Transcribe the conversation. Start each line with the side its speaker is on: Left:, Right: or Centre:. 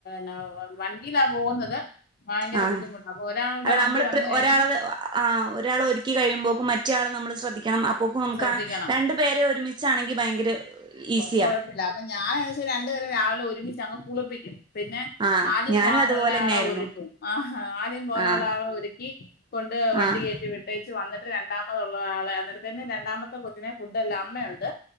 Left: ന്ന വണ്ടിയിലാ പോകുന്നത് ഭയങ്കര
Right: ആ
Left: ബുദ്ധിമുട്ടാ അപ്പൊ ഒരാളുടെ
Right: അല്ല
Left: വണ്ടി
Right: നമ്മൾ
Left: വന്ന് കഴിഞ്ഞ്
Right: ഒരാളേ ആ ഒരാൾ ഒരുക്കി കഴിയുമ്പോക്കും മറ്റയാള് നമ്മൾ ശ്രദ്ധിക്കണം അപ്പോക്ക
Left: ശ്രദ്ധിക്കണം
Right: രണ്ടു പേരെ ഒരുമിച്ചാണെങ്കിൽ ഭയങ്കര ഈസി
Left: കുഴപ്പില്ല അപ്പൊ ഞാൻ എനിപ്പിച്ചു രണ്ടുപരെ രാവിലെ ഒരുമിച്ച് അങ്ങ് കുളിപ്പിക്കും പിന്നെ
Right: ആഹ്
Left: ആദ്യം
Right: ഞാനും
Left: പോകാനുള്ള
Right: അതുപോലെ തന്നെ
Left: ആളെ
Right: ആയിരുന്നു
Left: ഒരുക്കും ആ ആദ്യം പോകാനുള്ള
Right: ആഹ്
Left: ആളെ ഒരുക്കി കൊ ണ്ട് വണ്ടി
Right: ആഹ്
Left: കേറ്റി വിട്ടേച്ച് വന്നിട്ട് ര രണ്ടാമത് ഒള്ള ആളെ അന്നരത്തെന് രണ്ടാമത്തെ കൊച്ചിനെ ഫുഡ് എല്ലാം അമ്മുണ്ട്